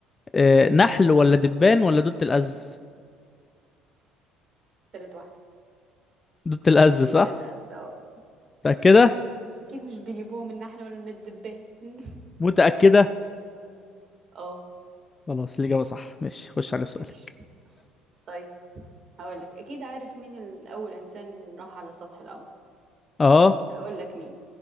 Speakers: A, on the left; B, on the right.
A: أه
B: قولي
A: نحل ولا دبان ولا دود الأز
B: تالت واحدة
A: دود الأز صح
B: قلت الأسد اه
A: متأكده
B: اكيد مش بيجيبوها من احنا ولا من الدبان <laughs>
A: متأكده
B: اه
A: خلاص الإجابة صح ماشي خش على السؤال
B: ماشي طيب هقولك اكيد عارف مين الاول انسان راح على سطح القمر
A: اه
B: مش هقولك مين